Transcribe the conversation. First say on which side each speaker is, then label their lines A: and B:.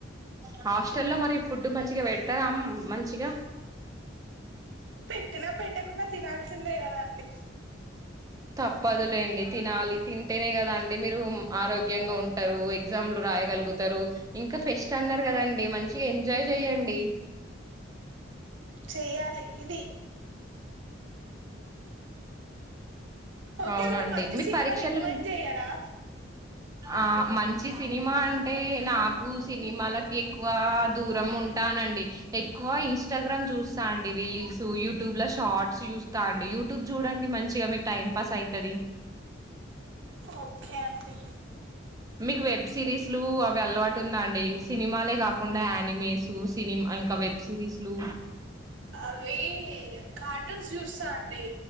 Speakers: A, on the right; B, on the right.
A: హాస్టల్లో మరి ఫుడ్ మంచిగా పెడతారా మంచిగా
B: పెట్టినా పెట్టకుండా తినాల్సిందే కద అండి
A: తప్పదులేండి తినాలి. తింటేనే కదా అండి మీరు ఆరోగ్యంగా ఉంటారు. ఎగ్జామ్లు రాయగలుగుతారు ఇంకా ఫెస్ట్ అన్నారు కదం డి మంచిగా ఎంజాయ్ చెయండి
B: చెయ్యాలి ఇది ఓకే
A: అవునండి
B: ఓకే మంచి
A: మీకు
B: సినిమా
A: పరీక్షలు
B: రికమెండ్
A: ఉన్నాయి
B: చెయ్యారా
A: ఆ మంచి సినిమా అం టే నాకు సినిమాలకి ఎక్కువ దూరం ఉంటానండి. ఎక్కువ ఇన్స్టాగ్రామ్ చూస్తా అండి. రీల్స్ యూట్యూబ్ లో షార్ట్స్ చూస్తా అండి. యూట్యూబ్ చూడండి మంచిగా మీకు టైం పాస్ అయితది.
B: ఓకే అండి
A: మీకు వెబ్ సిరీస్లు అవి వెలవాటు ఉందా అండి సినిమాలే కాకుండా యానిమేస్ సినిమా ఇంకా వెబ్ సిరీస్లు
B: అవి కార్టూన్స్ జూస్తా అం డి